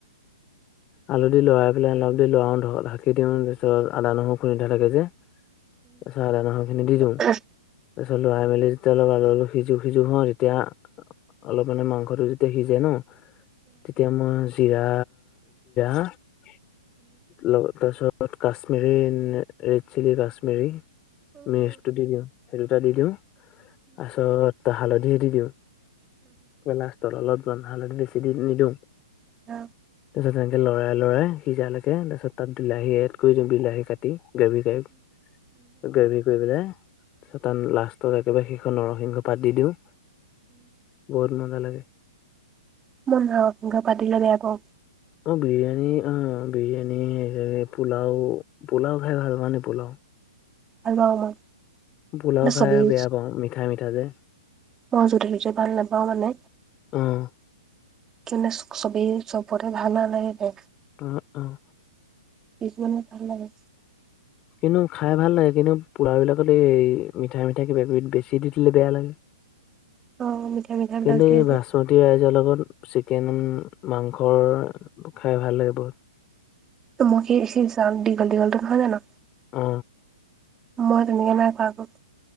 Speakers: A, on the left (about 30°); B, on the right (about 20°).
A: আলু দি লৰাই পেলাই অলপ দি লৰাও ঢ ঢাকি দিওঁ, তাৰপিছত আদা, নহৰু খুন্দি থোৱা থাকে যে তাৰপিছত আদা নাহৰ খিনি দি দিওঁ
B: মই
A: তাৰপিছত লৰাই মেলি তেতিয়া অলপ আলু অলপ সিজো-সিজো হ তেতিয়া অলপ মানে মাংসটো যেতিয়া সিজে ন তেতিয়া মই জিৰা -। লগ তাৰপিছত কাশ্মিৰী ৰেড চিলি কাশ্মিৰী। মেচটো দি দিওঁ সেই দুটা দি দিওঁ তাৰিছত হালধি দি দিওঁ। কেলাষ্টৰলত বন্ধাল বেছি দি নিদিওঁ
B: উ
A: তাৰপিছত তেনেকৈ লৰাই -লৰাই সিজালৈকে তাৰপিছত তাত বিলাহী এড কৰি দিওঁ বিলাহী কাটি গেভি টাইপ গেভি কৰি পেলাই। তাৰপছত লাষ্টত একেবাৰে সেইখন নৰসিংহ পাত দি দিওঁ। বহুত মজা লাগে।
B: মই নৰসিংহ পাত দিলে বেয়া পাওঁ।
A: অঁ বিৰিয়ানী, অ বিৰিয়ানী পোলাও -পোলাও খাই ভাল পোৱা নে পোলাও
B: ভাল পাওঁ মই।
A: পোলাও
B: মানে
A: খাই
B: চবেই
A: বেয়া পাওঁ মিঠা মিঠা যে
B: অ যতেটতে ভাল নাপাও মানে।
A: উম
B: কি চবেই চবতে ভাল নালাগিলে
A: উম উম
B: মানে ভাল নেলাগে
A: কিন্তু খাই ভাল লাগে কিন্তু পোৰা বিলাকত এই মিঠাই মিঠাই কিবা কিবি বেছি দি দিলে বেয়া লাগে
B: অ মিঠাই মিঠাই
A: কিন্তু
B: বিলাক দিয়ে
A: এই
B: যে
A: বাচমতি ৰাইছৰ লগত চিকেন মাংস খাই ভাল লাগে বহুত।
B: এ দীঘল দীঘলটো নহয় জানো।
A: অ
B: মই তেনেকে নাইখোৱা আক।